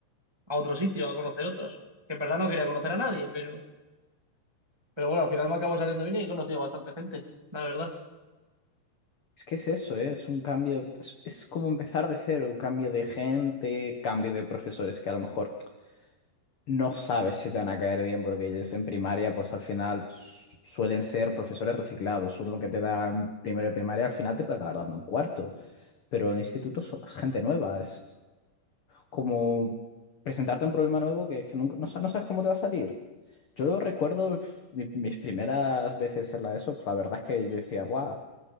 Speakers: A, on the right; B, on the left.
A: a otro sitio, a conocer otros. Que en verdad no quería conocer a nadie, pero Pero bueno, al final me acabo saliendo bien y he conocido bastante gente, la verdad.
B: Es que es eso, ¿eh? Es un cambio, es, es como empezar de cero, cambio de gente, cambio de profesores que a lo mejor no sabes si te van a caer bien porque ellos en primaria pues al final pues, suelen ser profesores reciclados. Uno que te da en primero de primaria al final te puede acabar dando en cuarto pero en el instituto es gente nueva, como presentarte un problema nuevo que, que nunca- no, sa- no sabes cómo te va a salir. Yo lo recuerdo mi- mis primeras veces en la ESO, pues la verdad es que yo decía, guau,